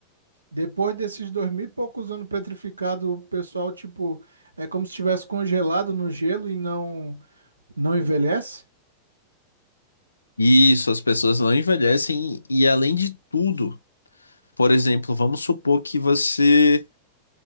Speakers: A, on the right (about 80°); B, on the left (about 75°).
A: Depois desses dois mil e poucos anos petrificado, o pessoal, tipo, é como se estivesse congelado no gelo e não, não envelhece?
B: Isso, as pessoas não envelhecem e além de tudo, por exemplo, vamos supor que você